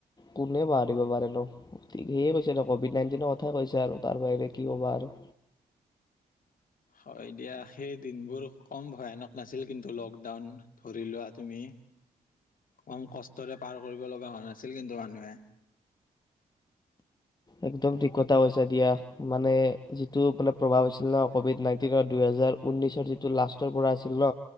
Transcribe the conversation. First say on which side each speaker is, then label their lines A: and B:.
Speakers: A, on the left; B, on the left.
A: কোনে পাহৰিব পাৰে নো? ঠিক সিয়ে কৈছে কভিড নাইনটিনৰ কথাই কৈছে আৰু তাৰ বাহিৰে কি ক'বা আৰু।
B: হয় দিয়া, সেই দিনবোৰ ক'ম ভয়ানক নাছিল কিন্তু, লকডাউন ধৰি লোৱা তুমি কম কষ্টৰে পাৰ কৰিব লগা হোৱা নাছিল কিন্তু মানুহে।
A: একদম থিক কথা কৈছা দিয়া, মানে যিটো মানে প্ৰভাৱ আছিল ন, ক'ভিড নাইনটিনৰ দুইহেজাৰ ঊনৈশৰ যিটো লাষ্টৰ পৰা আছিল ন,